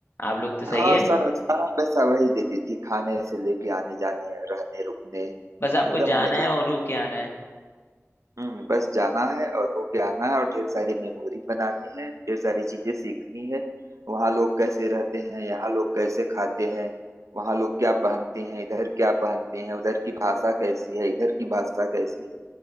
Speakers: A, on the left; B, on the right.
A: आप लोग तो सही
B: हाँ
A: है
B: सारा सारा पैसा वही देती थी खाने से लेके आने जाने रहने रुकने एकदम
A: बस आपको जाना
B: मजे
A: है और होके आना है
B: हम्म बस जाना है और होके आना है और ढेर सारी मेमोरी बनानी है ढेर सारी चीजें सीखनी है वहाँ लोग कैसे रहते हैं यहाँ लोग कैसे खाते हैं वहाँ लोग क्या पहनते हैं इधर क्या पहनते हैं उधर की भाषा कैसी है इधर की भाषा कैसी है